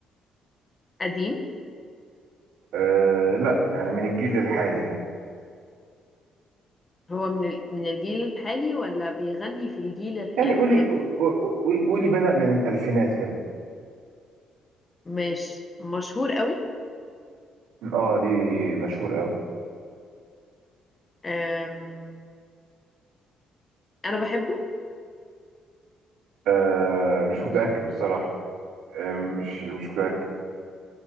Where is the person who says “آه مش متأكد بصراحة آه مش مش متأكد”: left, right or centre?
Right